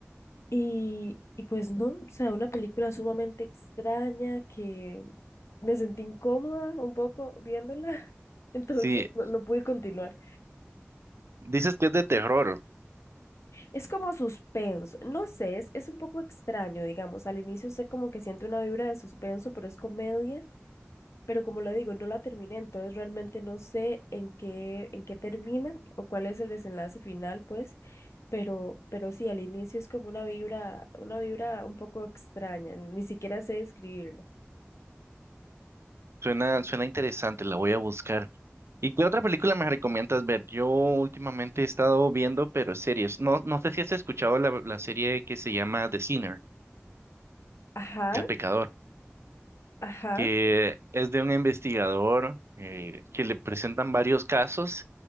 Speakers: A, on the left; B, on the right.
A: Y, y pues no, o sea, una película sumamente extraña que me sentí incómoda un poco viéndola. <laughs> Entonces
B: Sí,
A: no, no pude continuar.
B: dices que es de terror.
A: Es como suspenso, no sé, es, es un poco extraño, digamos. Al inicio sé como que siento una vibra de suspenso, pero es comedia. pero como le digo, no la terminé, entonces realmente no sé en qué, en qué termina o cuál es el desenlace final, pues, pero, pero sí, al inicio es como una vibra, una vibra un poco extraña, ni siquiera sé describirlo.
B: Suena, suena interesante, la voy a buscar. ¿Y qué otra película me recomiendas ver? Yo últimamente he estado viendo, pero series. No, no sé si has escuchado la, la serie que se llama The Sinner,
A: Ajá,
B: El Pecador,
A: ajá,
B: que es de un investigador eh, que le presentan varios casos